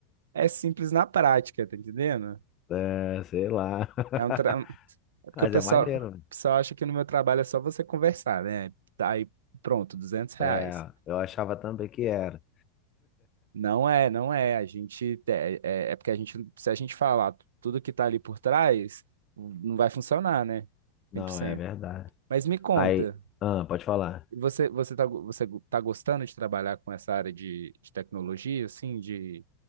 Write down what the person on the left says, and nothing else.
<laughs> é, sei lá. <laughs>
Mas
é maneiro,
né?
É, eu achava também que era.
Não,
é verdade.
Aí, ah, pode falar.